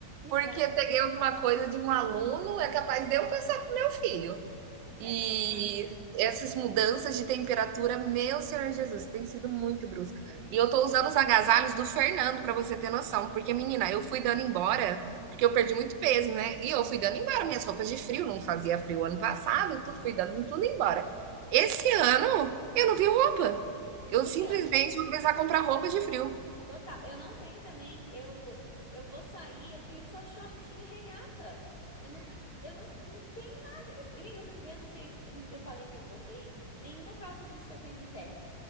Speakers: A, on the left; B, on the right.
A: E
B: porque
A: dá...
B: peguei alguma coisa de um aluno, é capaz de eu passar para o meu filho.
A: É
B: E
A: mesmo, amiga.
B: essas mudanças de temperatura, meu Senhor Jesus, tem sido muito brusca.
A: É.
B: E eu tô usando os agasalhos do Fernando para você ter noção, porque menina, eu fui dando embora, porque eu perdi muito peso, né? E eu fui dando embora minhas roupas de frio, não fazia frio ano passado, tudo fui dando tudo embora. Esse ano eu não tenho roupa. Eu
A: Amiga,
B: simplesmente vou precisar comprar roupa de frio.
A: Total, eu não tenho também, eu eu vou sair, eu tenho só shortinho e regata. Eu não eu não, não tenho nada. Eu, amiga, eu fui ver, não tenho, eu, não- eu falei que eu engordei, nenhuma calça jeans que eu tenho me serve.